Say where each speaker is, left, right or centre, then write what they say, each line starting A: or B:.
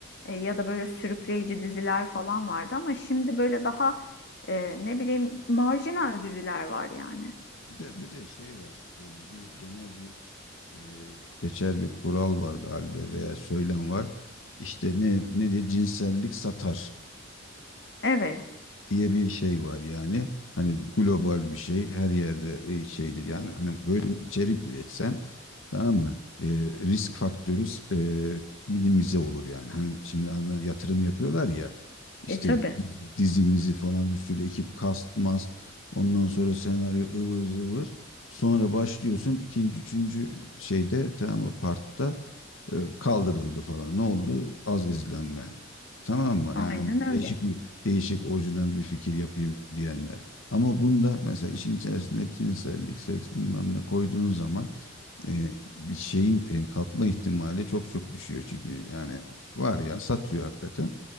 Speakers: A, on the left; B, on the left.
A: e, ya da böyle sürükleyici diziler falan vardı ama şimdi böyle daha e, ne bileyim marjinal diziler var yani.
B: Bir de bir de şey var. e, bir genel bir e, geçer bir kural var galiba veya söylem var. İşte ne ne de cinsellik satar.
A: Evet.
B: diye bir şey var yani. Hani global bir şey her yerde e, şeydir yani hani böyle bir içerik üretsen tamam mı? E, risk faktörü e, minimize olur yani. Hani şimdi anla, yatırım yapıyorlar ya işte
A: E tabii.
B: dizi- dizimizi falan bir sürü ekip kast mast ondan sonra senaryo ıvır zıvır sonra başlıyorsun ikinci üçüncü şeyde tamam mı partta e, kaldırıldı falan. Ne oldu? Az izlenme. Tamam mı?
A: Aynen
B: Yani hani değişik
A: öyle.
B: bir değişik orijinal bir fikir yapayım diyenler. Ama bunda mesela işin içerisinde cinsellik, seks bilmem ne koyduğun zaman e, bir şeyin e, kalkma ihtimali çok çok düşüyor. Çünkü yani var ya satıyor hakikaten.